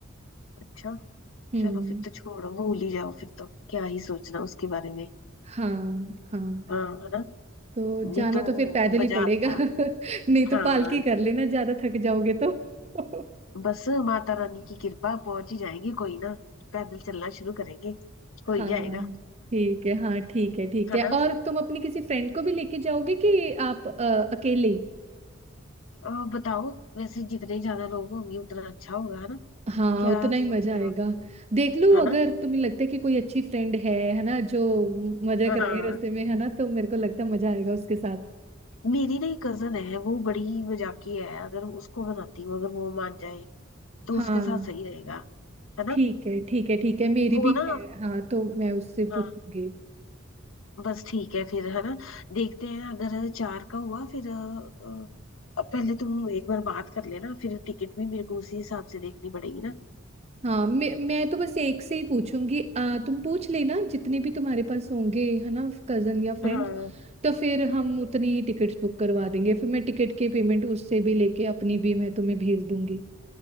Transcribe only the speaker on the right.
हम्म
हाँ हाँ
तो
जाना
तो फिर पैदल
ही पड़ेगा
<laughs> नहीं
तो पालकी कर लेना ज्यादा थक जाओगे तो <laughs>
हाँ
ठीक है हाँ ठीक है ठीक
है
और तुम अपनी किसी फ्रेंड को भी लेके जाओगे कि आप अ, अकेले ही
हाँ
उतना ही
मजा आएगा
देख लो
अगर
तुम्हें लगता है कि कोई अच्छी फ्रेंड है है ना जो मजा
कराए रास्ते में है ना तो मेरे को लगता है मजा आएगा उसके साथ
हाँ
ठीक है ठीक है ठीक है मेरी
भी
है हाँ तो मैं उससे
पूछूंगी
हाँ मैं मैं तो बस एक से ही पूछूंगी आ, तुम पूछ लेना जितने भी तुम्हारे पास होंगे है ना कजन या फ्रेंड्स
तो फिर हम उतनी ही टिकट्स बुक करवा देंगे फिर मैं टिकट की पेमेंट उससे भी लेके अपनी भी मैं तुम्हें भेज दूंगी